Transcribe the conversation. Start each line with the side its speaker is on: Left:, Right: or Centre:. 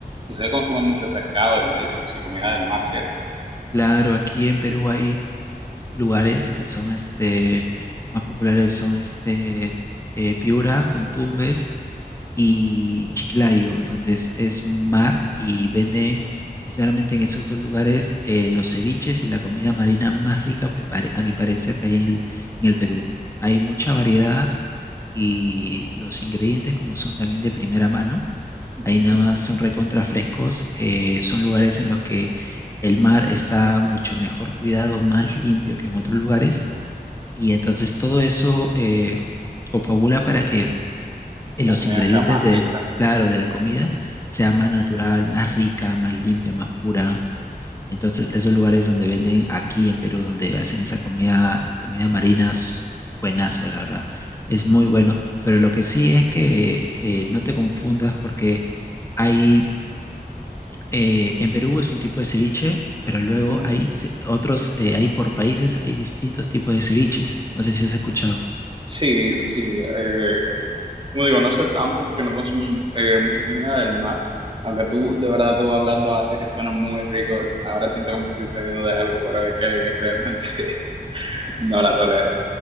Right: ustedes consumen mucho pescado y mariscos y comida del mar, ¿cierto?
Left: Claro, aquí en Perú hay lugares que son, este, más populares, son, este, eh, Piura, Tumbes y Chiclayo, donde es, es mar y venden, sinceramente, en esos dos lugares eh, los ceviches y la comida marina más rica, me pare- a mi parecer, que hay en el, en el Perú. Hay mucha variedad y los ingredientes, como son también de primera mano,
Right: Ujú.
Left: ahí nada más son recontra frescos, eh, son lugares en los que el mar está mucho mejor cuidado, más limpio que en otros lugares, y entonces todo eso eh, confabula para que eh,
Right: La
Left: los
Right: comida
Left: ingredientes
Right: sea más
Left: de,
Right: rica.
Left: claro, de la comida sea más natural, más rica, más limpia, más pura. Entonces, esos lugares donde venden aquí en Perú, donde hacen esa comida, comida marina, es buenazo, la verdad. Es muy bueno. Pero lo que sí es que eh, no te confundas porque hay, eh, en Perú es un tipo de ceviche, pero luego
Right: Ujú.
Left: hay ce- otros, eh, hay por países, hay distintos tipos de ceviches. No sé si has escuchado.
Right: Sí, sí. eh, Como digo, no sé tanto porque no consumo eh, mucha comida del mar, aunque tú, de verdad, tú hablando hace que suena muy rico. Ahora siento que me estoy perdiendo de algo, pero es que realmente <laughs> no la tolero.